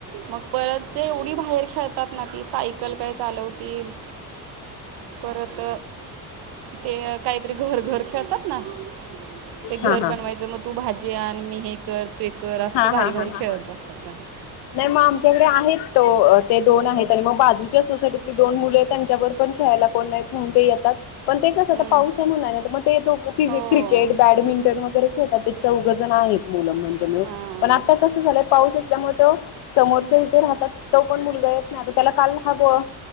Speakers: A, on the right (about 70°); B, on the left (about 85°).
A: मग परत जे एवढी बाहेर खेळतात ना ती सायकल काय चालवतील. परत ते काहीतरी घर घर खेळतात ना ते घर
B: हां हां
A: बनवायचं म तू भाजी आण मी हे कर ते कर
B: हां
A: असलं भारी
B: हां हां
A: भारी
B: हां
A: खेळत
B: हां
A: बसतात भारी.
B: नाही मग आमच्याकडे आहेत तो ते दोन आहेत आणि मग बाजूच्या सोसायटीतली दोन मुले त्यांच्याबर पण खेळायला कोण नाही म्हणून ते येतात. पण ते कसं आता
A: हम्म.
B: पाऊस आहे म्हणून नाही मग ते दोघ ति
A: हो
B: क्रिकेट बॅडमिंटन वगैरे खेळतात ते चौघ जण आहेत मुलं म्हणजे
A: हां
B: आता कस झालं पाऊस असल्यामुळे तो समोरच्या इथे राहतात तो पण मुलगा येत नाही आता त्याला काल हा बो